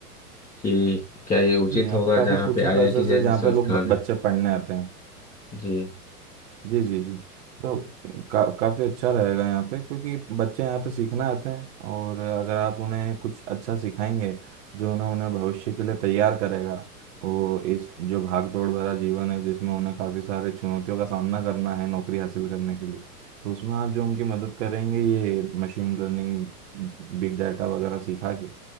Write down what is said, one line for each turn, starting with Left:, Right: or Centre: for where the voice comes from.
Left: कि क्या ये उचित
Right: जी यहाँ
Left: होगा
Right: पे काफ़ी
Left: जहाँ
Right: कोचिंग
Left: पे आईआईटी
Right: क्लासेस
Left: जैसे
Right: है जहाँ
Left: संस्थान
Right: पे लोग ब- बच्चे
Left: है
Right: पढ़ने आते हैं
Left: जी
Right: जी जी जी तो का, काफ़ी अच्छा रहेगा यहाँ पे क्योंकि बच्चे यहाँ पे सीखना आते हैं और अगर आप उन्हें कुछ अच्छा सिखाएंगे जो उन्हें उन्हें भविष्य के लिए तैयार करेगा वो इस जो भाग दौड़ भरा जीवन है जिसमें उन्हें काफ़ी सारे चुनौतियों का सामना करना है नौकरी हासिल करने के लिए तो उसमें आप जो उनकी मदद करेंगे ये मशीन लर्निंग बिग डाटा वगैरह सीखा के